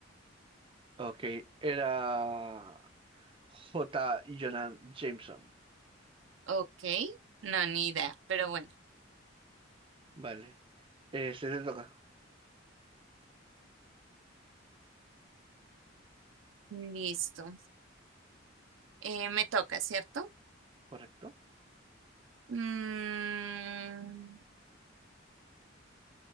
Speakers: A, on the right; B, on the right.
A: Ok, era J. Jonan Jameson.
B: Ok, no, ni idea, pero bueno,
A: Vale. Eh, se te toca,
B: listo. Eh, me toca, ¿cierto?
A: ¿correcto?
B: Mm,